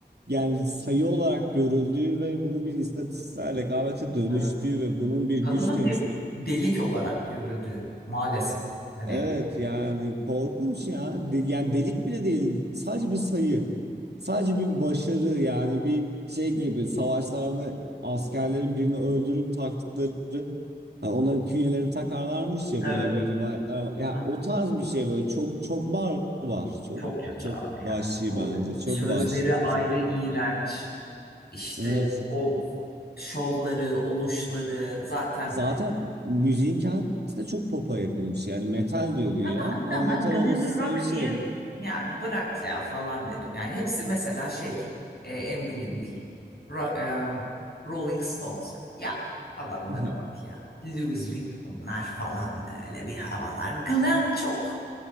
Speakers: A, on the right (about 65°); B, on the left (about 60°).
A: yani sayı olarak görüldüğü ve bunun bir istatistiksel rekabete dönüştüğü
B: Evet.
A: ve bunun bir
B: Kadının
A: güç temsili.
B: bir delik olarak görüldüğü maalesef. Hani
A: Evet yani korkunç ya. De- yani delik bile değil. Sadece bir sayı. Sadece bir başarı yani bir şey gibi savaşlarda askerlerin birini öldürüp taktıkları hani onların künyelerini takarlarmış ya
B: Evet.
A: böyle bir rivayetler var. Yani
B: Ha,
A: o tarz bir şey böyle çok çok barbar. Çok
B: çok kötü
A: çok
B: abi ya.
A: vahşi
B: O
A: bence. Çok
B: sözleri
A: vahşi
B: ayrı
A: kesin.
B: iğrenç. İşte
A: Evet.
B: o şovları, oluşları zaten
A: Zaten müziğin kendisi de çok pop'a yakın bir şey. Yani metal diyor güya
B: <laughs> aynen
A: ama metal
B: ben glamir
A: olması
B: rock
A: sebebi şey.
B: diye yani bırak ya falan derim. Yani hepsi mesela şey e, en bilindik Ro- em, Rolling Stones. Ya adamlara
A: <laughs>
B: bak ya. Louis Vuitton'lar falan böyle bir havalar. Glam çok